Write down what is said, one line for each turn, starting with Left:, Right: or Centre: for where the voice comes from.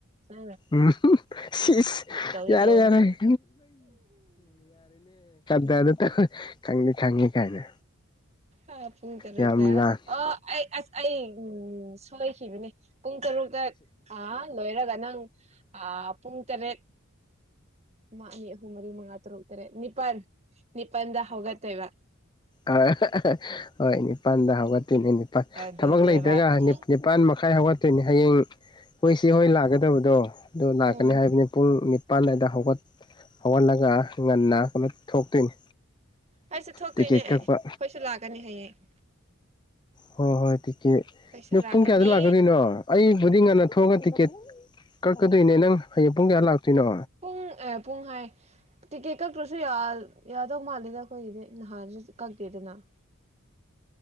Right: ꯎ
Left: ꯎꯝ ꯁꯤꯁ
Right: ꯇ ꯇꯦ
Left: ꯌꯥꯔꯦ
Right: ꯇꯅꯦ
Left: ꯌꯥꯔꯦ ꯗꯗ ꯈꯪꯗꯤ ꯈꯥꯡꯉꯦ ꯀꯥꯏꯅ
Right: ꯑ ꯄꯨꯡ ꯇꯔꯨꯛꯇ
Left: ꯌꯥꯝ ꯂꯥꯟ
Right: ꯑꯣ ꯑꯩ ꯑꯁ ꯑꯩ ꯎ ꯁꯣꯏꯈꯤꯕꯅꯦ ꯄꯨꯡ ꯇꯔꯨꯛꯇ ꯑ ꯂꯣꯏꯔꯒ ꯅꯪ ꯄꯨꯡ ꯇꯔꯦꯠ ꯃꯥ ꯑꯅꯤ ꯑꯍꯨꯝ ꯃꯔꯤ ꯃꯉꯥ ꯇꯔꯨꯛ ꯇꯔꯦꯠ ꯅꯤꯄꯥꯜ ꯅꯤꯄꯜꯗ ꯍꯧꯒꯠꯇꯣꯏꯕ
Left: ꯑ ꯍꯣꯏ ꯅꯤꯄꯥꯜꯗ ꯍꯧꯒꯠꯇꯣꯏꯅꯦ ꯅꯤꯄꯥꯜ
Right: ꯑꯗꯨꯅꯦꯕ
Left: ꯊꯕꯛ ꯂꯩꯇꯒ
Right: ꯈꯪ
Left: ꯅꯤꯄꯥꯥꯟ ꯃꯈꯥꯏ ꯍꯧꯒꯠꯇꯣꯏꯅꯦ ꯍꯌꯦꯡ ꯍꯣꯏ ꯁꯤ ꯍꯣꯏ ꯂꯥꯛꯀꯗꯕꯗꯣ ꯑꯗꯨꯣ ꯂꯥꯛꯀꯅꯤ
Right: ꯎꯝ
Left: ꯍꯥꯏꯕꯅꯤ ꯄꯨꯡ ꯄꯥꯟꯗꯥꯏꯗ ꯍꯧꯒꯠ ꯍꯧꯒꯠꯂꯒ ꯉꯟꯅ ꯀꯩꯅꯣ ꯊꯣꯛꯇꯣꯏꯅꯤ
Right: ꯑꯩꯁ ꯊꯣꯛꯇꯣꯏꯅꯦ
Left: ꯇꯤꯀꯦꯠ
Right: ꯑꯩꯣꯏꯁꯨ
Left: ꯀꯛꯄ
Right: ꯂꯥꯛꯀꯅꯤ ꯍꯌꯦꯡ
Left: ꯍꯣꯏ ꯍꯣꯏ ꯇꯤꯀꯦꯠ
Right: ꯑꯩꯈꯣꯏꯁꯨ
Left: ꯅ
Right: ꯂꯥꯛꯀꯅꯤ
Left: ꯄꯨꯡ ꯀꯌꯥꯗ ꯂꯥꯛꯀꯣꯏꯅꯣ ꯑꯩꯕꯨꯗꯤ ꯉꯟꯅ ꯊꯣꯛꯑꯒ ꯇꯤꯛꯀꯦꯠ ꯀꯛꯀꯗꯣꯏꯅꯦ ꯅꯪ ꯍꯌꯦꯡ ꯄꯨꯡ ꯀꯌꯥ ꯂꯥꯛꯇꯣꯏꯅꯣ
Right: ꯄꯨꯡ ꯄꯨꯡ ꯍꯥꯏ ꯇꯤꯛꯀꯦꯠ ꯀꯛꯇ꯭ꯔꯁꯨ ꯌꯥꯗꯧ ꯃꯥꯜꯂꯦꯗ ꯑꯩꯈꯣꯏꯒꯤꯗꯤ ꯅꯍꯥꯟꯁꯨ ꯀꯛꯀꯦꯗꯅ <inaudible>